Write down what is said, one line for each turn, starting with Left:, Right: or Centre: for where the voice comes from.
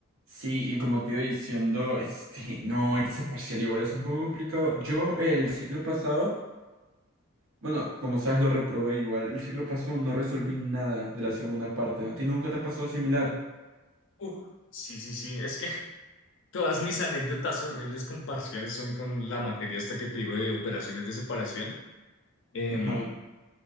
Right: Sí, y como te iba diciendo, este, no, ese parcial igual es un poco complicado. Yo el ciclo pasado, bueno, como sabes, lo reprobé igual. El ciclo pasado no resolví nada de la segunda parte. ¿A ti nunca te ha pasado similar?
Left: Uf, sí, sí, sí. Es que <laughs> todas mis anécdotas horribles con parciales son con la materia esta que te digo de operaciones de separación. Em,
Right: Ajá.